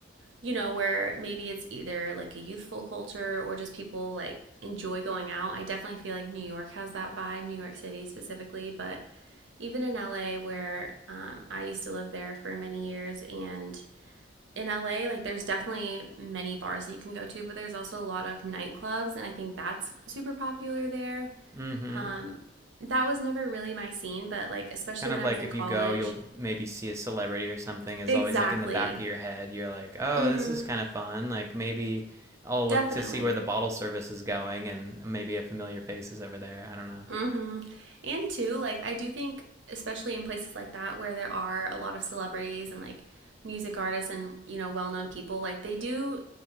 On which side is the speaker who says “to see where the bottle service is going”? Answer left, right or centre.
Right